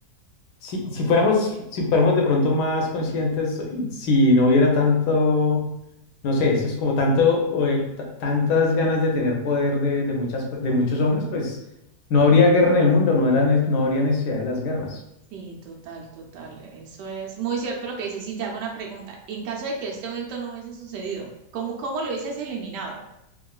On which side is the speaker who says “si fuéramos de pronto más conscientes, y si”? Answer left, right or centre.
Left